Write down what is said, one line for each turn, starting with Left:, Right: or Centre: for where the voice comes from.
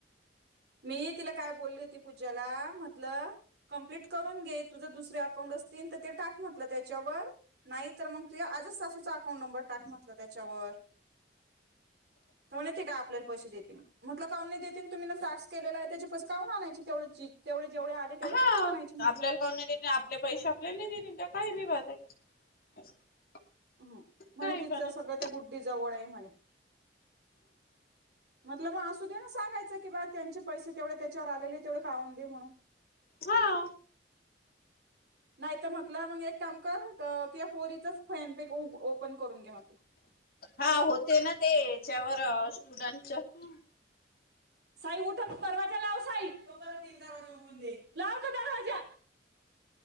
Right: मी तिला काय बोलली होती पूजाला म्हटलं कंप्लीट करून घे तुझ दुसरे अकाउंट असतील तर ते टाक म्हटलं त्याच्यावर नाही तर मग तु आजच सासू चा अकाउंट नंबर टाक म्हटल त्याच्यावर. काऊन येते काय आपल्याला पैसे देती म्हटलं का नाही देतील तुम्ही ना टास्क केलेला आहे त्याचे पैसे काऊन आनायची तेवढ्याची तेवढे जेवढे आले तेवढे
Left: हा
Right: काहून आणायचे म्हटलं
Left: आपल्याला कोण नाही देत आपले पैसे आपल्याला नाही देतील का. काय मी वाईट आहे.
Right: हम्म म्हणे
Left: काही
Right: तिचं
Left: पण आहे
Right: सगळं त्या गुड्डी जवळ आहे म्हणे. म्हटल मग असु दे ना सां--गायचं कि बा त्यांची पैसे तेवढे त्याच्यावर आलेले तेवढे काउं दे म्हणून.
Left: हा.
Right: नाहीत म्हटलं मग एक काम कर या पोरीचच फॅन पेक ओपन करून घे म्हटलं.
Left: हा होते ना तेच्यावर स्टुडंटच फॉर्म.
Right: साई उठ आणि तो दरवाजा लाव साई तू परत तील दरवाजा उघडून दे लाव का दरवाजा.